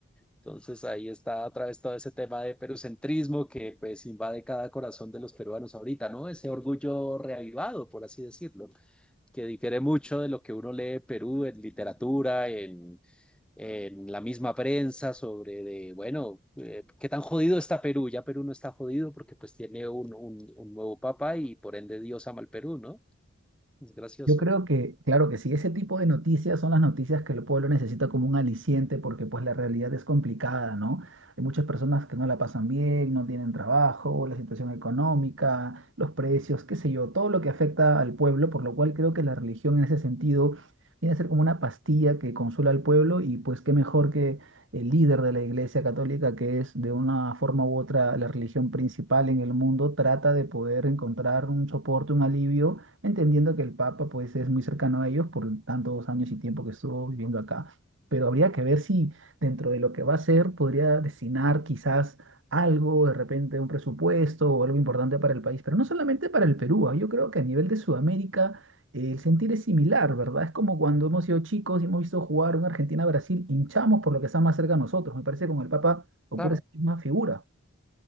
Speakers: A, in the centre; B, on the right.
A: Entonces ahí está otra vez todo ese tema de perucentrismo que pues invade cada corazón de los peruanos ahorita, ¿no? Ese orgullo reavivado, por así decirlo que difiere mucho de lo que uno lee de Perú en literatura, en, en la misma prensa, sobre de, bueno, eh, qué tan jodido está Perú. Ya Perú no está jodido porque pues tiene un, un, un nuevo papa y por ende Dios ama al Perú, ¿no? Es gracioso.
B: Yo creo que, claro que sí, ese tipo de noticias son las noticias que el pueblo necesita como un aliciente porque pues la realidad es complicada, ¿no? Hay muchas personas que no la pasan bien, no tienen trabajo, la situación económica, los precios, qué sé yo, todo lo que afecta al pueblo, por lo cual creo que la religión en ese sentido viene a ser como una pastilla que consuela al pueblo y pues qué mejor que el líder de la Iglesia Católica, que es de una forma u otra la religión principal en el mundo, trata de poder encontrar un soporte, un alivio entendiendo que el Papa pues es muy cercano a ellos por tantos años y tiempo que estuvo viviendo acá. Pero habría que ver si dentro de lo que va a ser podría destinar quizás algo, de repente un presupuesto o algo importante para el país, pero no solamente para el Perú, ah, yo creo que a nivel de Sudamérica eh, el sentir es similar, ¿verdad? Es como cuando hemos sido chicos y hemos visto jugar un Argentina-Brasil, hinchamos por lo que está más cerca a nosotros, me parece que con el Papa ocurre
A: Claro.
B: esa misma figura.